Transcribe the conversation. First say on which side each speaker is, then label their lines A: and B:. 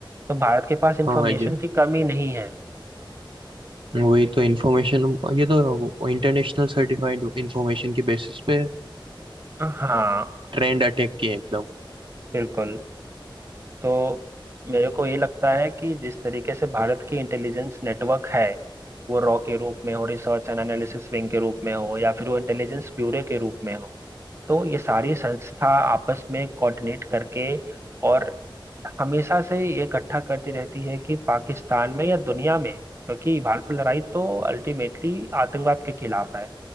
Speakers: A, on the right; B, on the right.
A: तो भारत के पास इंफॉर्मेशन
B: हाँ ये
A: की कमी नहीं है
B: वही तो इंफॉर्मेशन ये तो इंटरनेशनल सर्टिफाइड इंफॉर्मेशन के बेसिस पे
A: हाँ
B: ट्रेंड अटैक किए एकदम
A: बिल्कुल तो मेरे को ये लगता है कि जिस तरीके से भारत की इंटेलिजेंस नेटवर्क है वो रॉ के रूप में हो रिसर्च एंड एनालिसिस विंग के रूप में हो या फिर वो इंटेलिजेंस ब्यूरो के रूप में हो तो ये सारी संस्था आपस में कोऑर्डिनेट करके और हमेशा से ये इकट्ठा करती रहती है कि पाकिस्तान में या दुनिया में क्योंकि भारत की लड़ाई तो अल्टीमेटली आतंकवाद के खिलाफ है